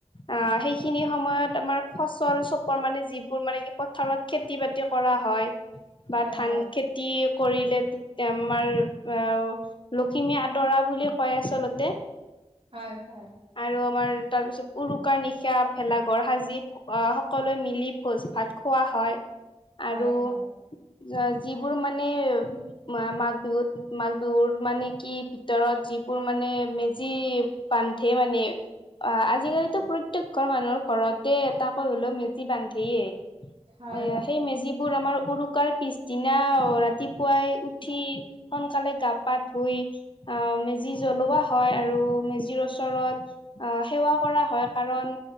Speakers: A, on the left; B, on the right.
A: আহ সেইখিনি সময়ত আমাৰ ফচল চপোৱাৰ মানে যিবোৰ মানে কি পথাৰত খেতি বাতি কৰা হয়
B: হয়
A: বা ধান
B: হয়
A: খে তি কৰিলে আমাৰ আও লখিমী আদৰা বুলি কয় আচলতে।
B: হয় হয়।
A: আৰু আমাৰ তাৰপিছত উৰুকাৰ নিশা ভেলাঘৰ সাজি আহ সকলোৱে মিলি ভোজ ভাত খোৱা হয় আৰু
B: হয় হয়
A: ৰা যিবোৰ মানেৰ মা মাঘ বিহুত মাঘ বিহুৰ মানে কি ভিতৰত যিবোৰ মানে মে যি বান্ধে মানে, আহ আজিকালিতো
B: হয়
A: প্ৰ তেক ঘৰ মানুহৰ ঘৰতে এটাকৈ হলেও মেজি বান্ধেয়ে।
B: হয়
A: <unintelligible> সেই মেজিবোৰ আমাৰ উৰুকাৰ পিছদিনা ৰাতি পুৱাই উঠি সোনকালে গা পা ধুই আহ মেজি জ্বলোৱা হয় আৰু মেজিৰ ওচৰত আহ সেৱা কৰা হয় কাৰণ